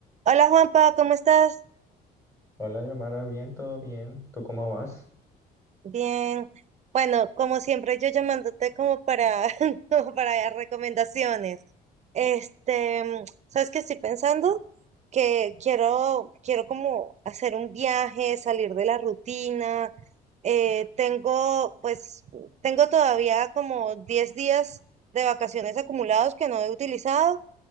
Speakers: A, on the right; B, on the left.
A: Hola Juanpa, ¿cómo estás?
B: Hola, Yomara, bien, todo bien. ¿Tú cómo vas?
A: Bien. Bueno, como siempre, yo llamándote como para, <laughs> como para recomendaciones. Este, mm, ¿sabes qué estoy pensando? Que quiero, quiero como hacer un viaje, salir de la rutina. Eh, tengo, pues, tengo todavía como 10 días de vacaciones acumulados que no he utilizado